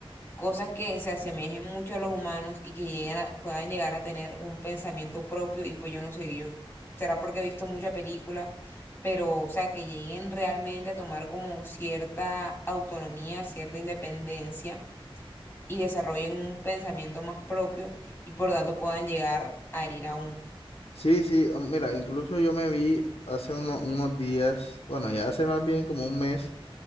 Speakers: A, on the left; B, on the left.
A: cosas que se asemejen mucho a los humanos y que lleguen a- puedan llegar a tener un pensamiento propio y pues yo no sé, yo. Será porque he visto mucha película pero o sea, que lleguen realmente a tomar como cierta autonomía, cierta independencia y desarrollen un pensamiento más propio y por tanto puedan llegar a herir a uno.
B: sí, sí, oh, mira, incluso yo me vi hace uno- unos días, bueno, ya hace más bien como un mes,